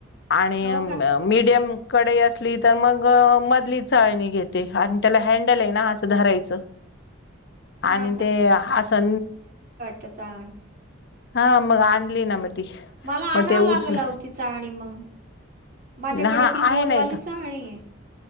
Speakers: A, on the left; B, on the right.
A: आणि
B: हो का
A: मिडियम कढई असली तर मग मधली चाळणी घेते. त्याला हँडल आहे ना असं धरायचं
B: हा
A: आणि ते असं
B: त्याचा
A: हा मग आणली ना ती
B: मला
A: मग
B: आणावं
A: ते उचल
B: लागेल आहो ती चाळणी मंग माझ्याकडे
A: हा
B: ती गोलवाली
A: आहे ना इथं
B: चाळणी आहे.